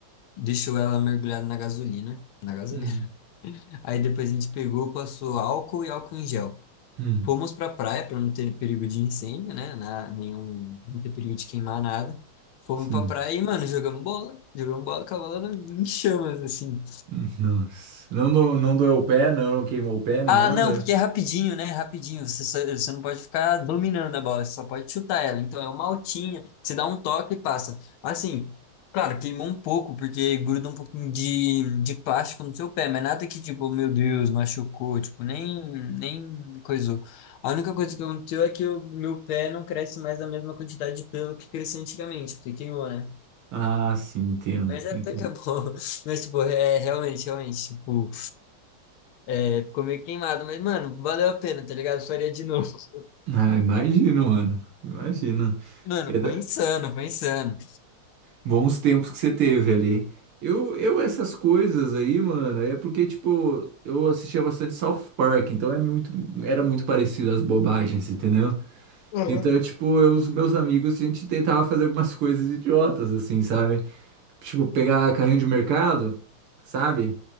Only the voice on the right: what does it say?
Hum,
hum,
sim.
Hum, Nossa. Não, do- não doeu o pé, não, não queimou o pé nem
nada?
Ah, sim, entendo,
entendo.
Ah, imagino, mano. Imagino.
É da-
Bons tempos que você teve ali. Eu, eu, essas coisas aí, mano, é porque, tipo, eu assistia bastante South Park, então é muito, era muito parecido às bobagens, entendeu?
Então, tipo, eu e os meus amigos, a gente tentava fazer algumas coisas idiotas, assim, sabe? Tipo, pegar carrinho de mercado, sabe?